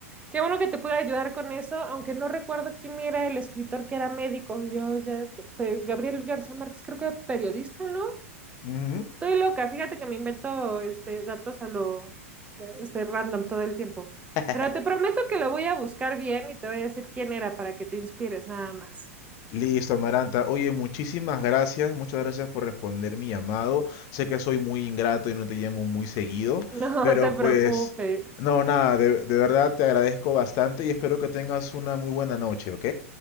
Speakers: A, on the right; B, on the left.
A: Qué bueno que te pude ayudar con eso, aunque no recuerdo quién era el escritor que era médico. Yo ya, pe- Gabriel García Márquez, creo que era periodista, ¿no?
B: Ujú.
A: Estoy loca, fíjate que me invento este, datos a lo este, random todo el tiempo.
B: <laughs>
A: Pero te prometo que lo voy a buscar bien y te voy a decir quién era para que te inspires, nada más.
B: Listo, Amaranta. Oye, muchísimas gracias, muchas gracias por responder mi llamado. Sé que soy muy ingrato y no te llamo muy seguido,
A: <laughs> No
B: pero
A: te
B: pues,
A: preocupes.
B: no, nada, de, de verdad te agradezco bastante y espero que tengas una muy buena noche, ¿ok?